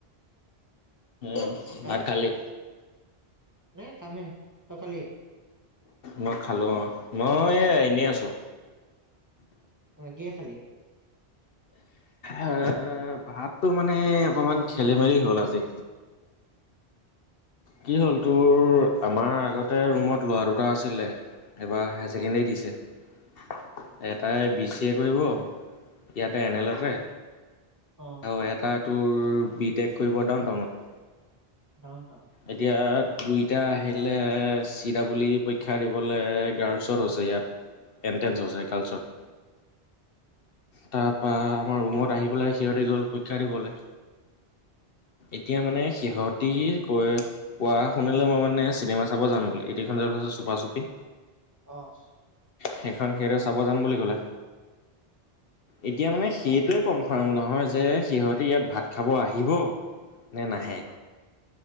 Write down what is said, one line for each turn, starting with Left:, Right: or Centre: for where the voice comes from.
Left: অ',
Right: তই
Left: ভাত খালি?
Right: নাই খাম হে, তই খালি?
Left: মই খালো অঁ', মই এই এনেই আছো।
Right: অঁ', কিহে খালি?
Left: এ' ভাতটো মানে অকণমান খেলি-মেলি হ'ল আজি। কি হ'ল তোৰ আমাৰ আগতে ৰুমত ল'ৰা দুটা আছিলে- এইবাৰ হাই ছেকেণ্ডেৰী
Right: অ
Left: দিছে। এটাই বি চি এ কৰিব ইয়াতে এন এলতে।
Right: অঁ',।
Left: আৰু এটা তোৰ বি টেক কৰিব ডাউন টাউনত।
Right: Downtown.
Left: এতিয়া দুইটা আহিলে চি ডাবলী পৰীক্ষা দিবলৈ গাৰ্লছত হৈছে ইয়াত। এনটেঞ্চ হৈছে
Right: অ
Left: গাৰ্লছত। তাৰপা আমাৰ ৰুমত আহি পেলাই সিহঁতি গ'ল পৰীক্ষা দিবলৈ। এতিয়া মানে সিহঁতি কৈ- কোৱা শুনিলো মই মানে চিনেমা চাব যাম বুলি এতিয়া যে এখন ওলাইছে চুপা-চুপি।
Right: অ',।
Left: সেইখন সিহঁতে চাব যাম বুলি ক'লে। এতিয়া মানে
Right: তাৰপা
Left: সেইটোৱে কম। কনফাৰ্ম নহয় যে সিহঁতে ইয়াত ভাত খাব আহিব নে নাহে।